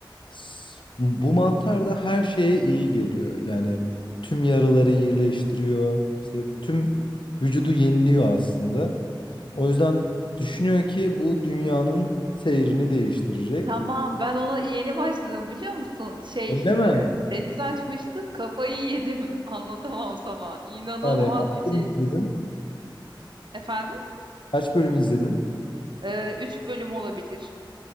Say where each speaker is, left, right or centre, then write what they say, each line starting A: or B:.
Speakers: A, on the left (about 70°); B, on the right (about 65°).
A: s- bu mantar da her şeye iyi geliyor. Yani tüm yaraları iyileştiriyor. İşte tüm vücudu yeniliyor aslında. O yüzden düşünüyor ki bu dünyanın seyrini değiştirecek.
B: Tamam, ben ona yeni başladım biliyor musun? Şey,
A: Öyle mi?
B: e, deniz açmıştık, kafayı yedim. <laughs> Anlatamam sana. İnanılmaz
A: Öyle. Kaç
B: bir şeymiş.
A: bölüm izledin?
B: Efendim?
A: Kaç bölüm izledin?
B: E, üç bölüm olabilir.